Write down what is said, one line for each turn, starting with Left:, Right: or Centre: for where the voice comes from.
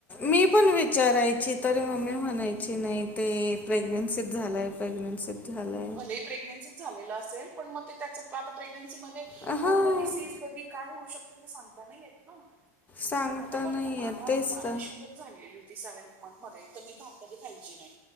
Left: मी पण विचारायची तरी मम्मी म्हणायची नाही ते प्रेग्नेन्सीत झालंय प्रेग्नेन्सीत झालाय
Right: भलेही प्रेग्नेन्सीच झालेलं असेल पण मग ते त्याच आता प्रेग्नेन्सी मध्ये
Left: हां
Right: कोणत डिसीज कधी काय होऊ शकत ते सांगता नाही य ना.
Left: सांगता
Right: आता बघ
Left: नाही
Right: ना मला
Left: येत तेच
Right: मला
Left: तर
Right: श <unintelligible> झाली होती सेव्हनथ मंथ मध्ये तर मी भाात कधी खायची नाही